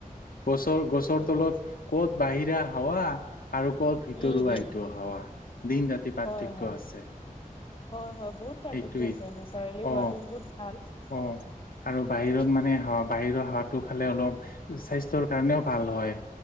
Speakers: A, on the left; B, on the left.
A: গছৰ গছৰ তলত
B: গছ
A: ক'ত বাহিৰা হাৱা আৰু ক'ত ভিতৰুৱা
B: উম উম
A: এইটো হাৱা দিন ৰাতি পাৰ্থক্য
B: হয় হয়
A: আছে।
B: হয় হয়। বহুত পাৰ্থক্য
A: এইটোৱেই
B: আছে নেচাৰেলি
A: অ
B: হোৱাটো বহুত ভাল।
A: অ আৰু বাহিৰত মানে হাৱা বাহিৰৰ হাৱাটো খালে অলপ স্বাস্থ্যৰ কাৰণেও ভাল হয়।